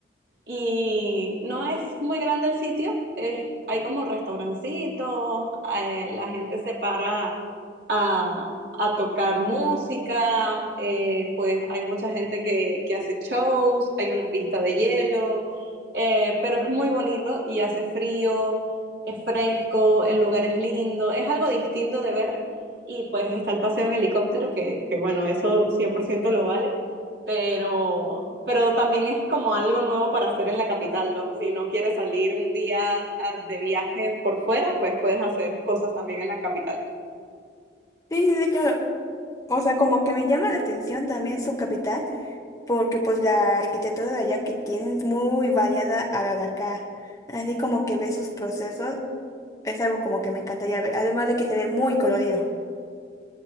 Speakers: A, on the right (about 65°); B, on the left (about 20°).
A: Y no es muy grande el sitio, es- hay como restaurancitos, eh, la gente se para a, a tocar música, eh, pues hay mucha gente que, que hace shows, hay una pista de hielo, eh, pero es muy bonito y hace frío, es fresco, el lugar es lindo, es algo distinto de ver y pues está el paseo en helicóptero, que, que bueno, eso 100% lo vale pero, pero también es como algo nuevo para hacer en la capital, ¿no? Si no quieres salir un día ah, de viaje por fuera, pues puedes hacer cosas también en la capital.
B: Sí, sí, sí, claro. O sea, como que me llama la atención también su capital, porque pues la arquitectura de allá que tiene es muy variada a la de acá. Así como que ve sus procesos, es algo como que me encantaría ver, además de que se ve muy colorido.